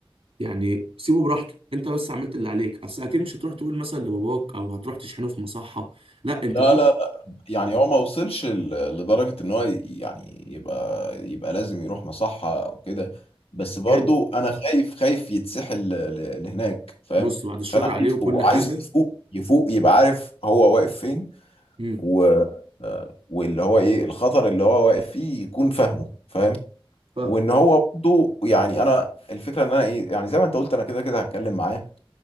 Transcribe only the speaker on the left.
لا
لا يعني هو ما وصلش ل- لدرجة ان هو ي- يعني يبقى يبقى لازم يروح مصحة او كده بس برضو
انا خايف خايف يتسحل ل- ل- لهناك فاهم
فانا
عايزه
عايزه
يفوق يفوق يبقى عارف هو واقف فين
و آه، واللي هو ايه الخطر اللي هو واقف فيه يكون فاهمه فاهم
وان هو برضو يعني انا الفكرة ان انا ايه يعني زي ما انت قلت انا كده كده هتكلم معاه